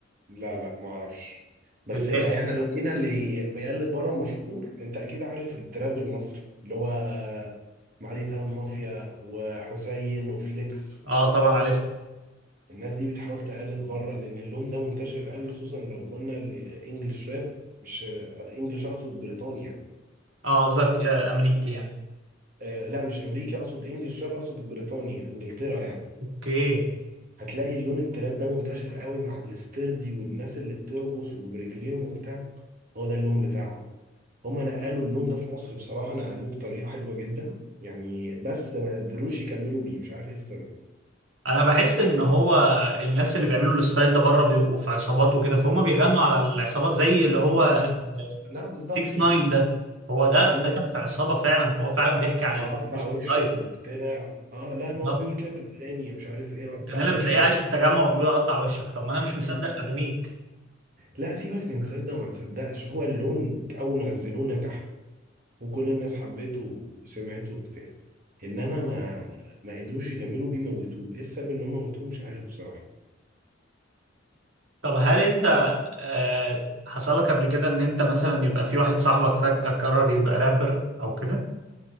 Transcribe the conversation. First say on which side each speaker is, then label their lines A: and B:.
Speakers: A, on the right; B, on the right.
A: لا لا ما اعرفش بس
B: اللي
A: احنا
B: هي-
A: لو كنا اللي بيقلد بره مشهور انت اكيد عارف التراب المصري اللي هو آه، معادي تاون مافيا وحسين وفليكس
B: اه طبعا عارفها
A: الناس دي بتحاول تقلد بره لان اللون ده منتشر قوي خصوصا لو قلنا الانجليش راب مش انجليش اقصد بريطانيا يعني
B: اه قصدك آه، امريكي يعني
A: آه لا مش امريكا اقصد انجليش راب اقصد بريطانيا انجلترا يعني
B: اوكي
A: هتلاقي اللون التراب ده منتشر قوي مع الاستردي والناس اللي بترقص وبرجليهم وبتاع هو ده اللون بتاعهم هم نقلوا اللون ده في مصر بصراحة نقلوه بطريقة حلوة جدا يعني بس ما قدروش يكملوا بيه مش عارف ايه السبب
B: انا بحس ان هو الناس اللي بيعملوا الستايل ده بره بيبقوا في عصابات وكده فهم بيغنوا على العصابات زي اللي هو
A: مم. لا بالظبط
B: 6 9 ده هو ده
A: مم.
B: ده كان في عصابه فعلا فهو فعلا بيحكي عن
A: اقطع
B: الستايل
A: وشك وبتاع اه لا ما
B: ده
A: هو بيقول كده في الاغاني مش عارف ايه اقطع
B: كان هنا
A: وشك
B: بتلاقيه عايش في التجمع وبيقول اقطع وشك طب ما انا مش مصدق
A: آه.
B: اغانيك
A: لا سيبك من تصدق وما تصدقش هو اللون اول ما نزلوه نجح وكل الناس حبته وسمعته وبتاع انما ما ما قدروش يكملوا بيه موتوه ايه السبب ان هم موتوه مش عارف بصراحة
B: طب هل انت آه حصل لك قبل كده ان انت مثلا يبقى في واحد صاحبك فجأة قرر يبقى رابر او كده